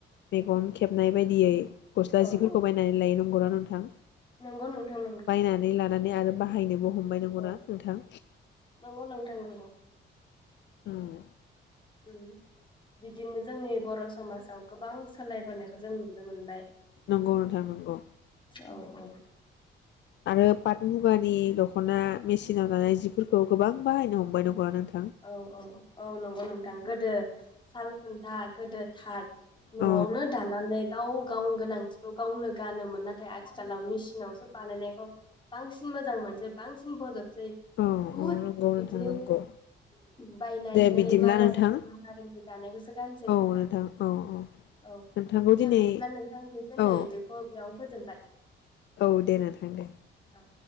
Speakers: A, on the left; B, on the left.
A: मेगन खेबनाय बायदियै गस्ला
B: औ
A: जिफोरखौ
B: औ
A: बायनानै लायो नंगौना नोंथां
B: नंगौ नोंथां नंगौ
A: बायनानै ला नानै आरो बाहायनोबो हमबाय‌ नंगौ
B: औ
A: ना नोंथां
B: नंगौ नोंथां नंगौ
A: होम
B: उम बिदिनो जोंनि बर समाजाव गोबां सोलायबोनायखौ जों नुनो मोनबाय
A: नंगौ नोंथां नंगौ
B: औ औ
A: आरो पाट मुगानि दख खना मेसिनाव दानाय जिफोरखौ गोबां बाहायनो हम <unintelligible>
B: औ औ औ नंगौ नोंथां गोदो साल खुन्था गोदो थार
A: औ
B: नआवनो दानानै गाव गावनि गोनांथिखौ गावनो गानोमोन नाथाय आथ थिखालाव मेसिनावसो बानायनायखौ बांसिन मोजां मोनसै बांसिन बजब जोंनि
A: औ
B: बुहुत
A: औ नंगौ नोंथां
B: बिदिनो
A: नंगौ
B: बायनाय
A: दे
B: नै
A: बिदिब्ला
B: मालाय
A: नोंथां
B: गुबुन हारिनि दानायखौसो गानसै
A: औ
B: नोंथां
A: औ औ
B: औ
A: नोंथांखौ
B: दे
A: दिनै
B: बिदिब्ला नोंथां बि दोननै
A: औ
B: बेखौ बेयावनो फोजोबबाय
A: औ दे नोंथां दे
B: औ